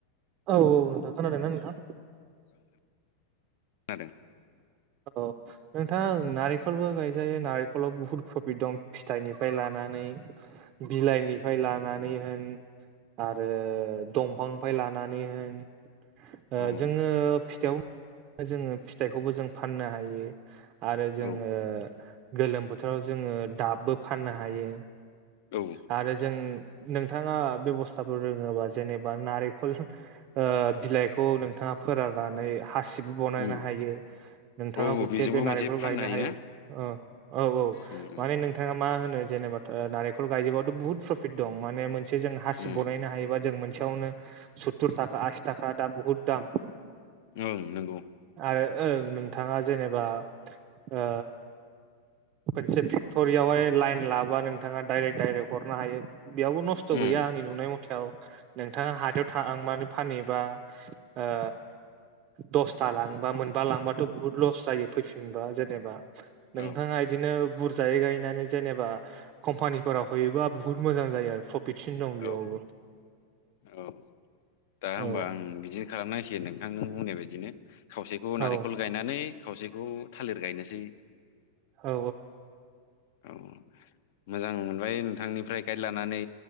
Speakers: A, on the right; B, on the left.
A: औ औ नोंथां खोनादों ना नोंथां?
B: जादों
A: औ नोंथां नारिखलबो गायजायो नारिखलाव बुहुद प्रफिट दं फिथाइनिफ्राय लानानै बिलाइनिफ्राय लानानै होन आरो दंफांनिफाय लानानै होन ओ
B: अ
A: जोङो फिथाइयाव जोङो फिथाइखौबो जों फाननो हायो। आरो जोङो
B: औ
A: गोलोम बोथोराव जोङो दाबबो फाननो हायो।
B: औ
A: आरो जों नोंथाङा बेबस्थाफोर रोङोबा जेनेबा नारेंखल। ओ बिलाइखौ नोंथाङा फोराननानै हासिबबो बानायनो
B: उम
A: हायो नोंथाङा
B: औ
A: गुथे
B: बेजोंबो
A: बे
B: मोनसे
A: नारेंखल
B: फाननो
A: गायनो
B: हायोना
A: हायो औ औ।
B: उम उम
A: माने नोंथाङा मा होनो जेनेबा नारेंखल गायजोबबाथ' बहुत प्रफिट दं माने मोनसे जों हासि
B: उम
A: बनायनो हायोबा जों मोनसे खासेयावनो सत्तुर थाखा आसि थाखा दा बुहुद दाम।
B: ओं नंगौ
A: आरो ओं नोंथाङा जेनेबा ओ मोनसे फेक्ट'रियावहाय लाइन लाबा नोंथाङा डाइरेक्ट डाइरेक्ट हरनो हायो बेयावबो नस्थ'
B: उम
A: गैया आंनि नुनाय मथेयाव नोंथाङा हाथायाव थांबानानै फानहैबा ओ दसथा लांबा मोनबा लांबाथ' बुहुत लस जायो फैफिनबा जेनेबा
B: औ
A: नोंथाङा बिदिनो बुरजायै गायनानै जेनेबा कम्पानि फोराव हैयोबा बुहुत मोजां जायो आरो प्रफिटसिन दं
B: औ
A: बेयावबो
B: औ दा होमबा
A: औ
B: आं बिदि खालामनांसिगोन नोंथां नों बुंनाय बायदिनो। खावसेखौ नारिखल
A: औ
B: गायनानै खावसेखौ थालिर गायनोसै
A: औ
B: औ मोजां मोनबाय नोंथांनिफ्राय गाइड लानानै